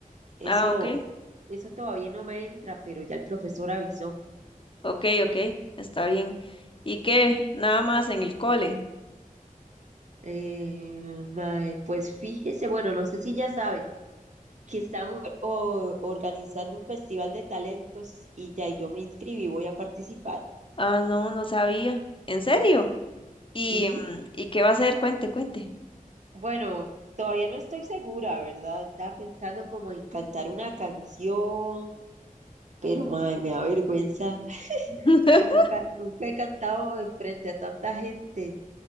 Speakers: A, on the right (about 55°); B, on the left (about 35°).
A: Eso,
B: Ah, ok,
A: eso todavía no me entra, pero ya el profesor avisó.
B: ok, ok, está bien. ¿Y qué? Nada más en el cole.
A: Eh, mae, pues fíjese, bueno, no sé si ya sabe. que están or- o- organizando un festival de talentos y ya y yo me inscribí, voy a participar.
B: Ah, no, no sabía. ¿En serio? ¿Y,
A: Sí,
B: mm, ¿y qué va a hacer? Cuente, cuente.
A: bueno, todavía no estoy segura, ¿verdad? Estaba pensando como en cantar una canción, pero mae, me da vergüenza.
B: <laughs>
A: Nunca, nunca he cantado de frente a tanta gente.